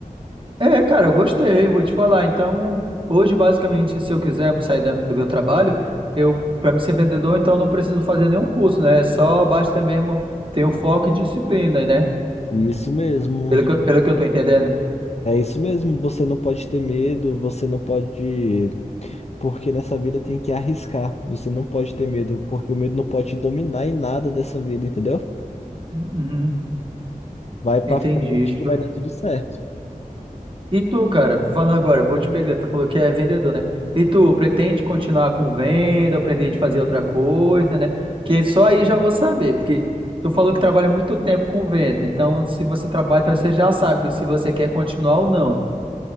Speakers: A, on the right; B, on the left.
A: É, cara, eu gostei, vou te falar. Então, hoje, basicamente, se eu quiser sair da- do meu trabalho, eu, para mim ser vendedor, então eu não preciso fazer nenhum curso, né? Só basta mesmo ter o foco e disciplina, né?
B: Isso mesmo.
A: Pelo que, eu- pelo que eu tô entendendo.
B: É isso mesmo, você não pode ter medo, você não pode. Porque nessa vida tem que arriscar. Você não pode ter medo, porque o medo não pode te dominar em nada dessa vida, entendeu?
A: Uhum,
B: Vai pra
A: entendi.
B: frente que vai dar tudo certo.
A: E tu, cara, falando agora, eu vou te pegar, tu falou que é vendedor, né? E tu, pretende continuar com venda, ou pretende fazer outra coisa, né? Que só aí já vou saber, porque tu falou que trabalha muito tempo com venda, então se você trabalha, então você já sabe se você quer continuar ou não.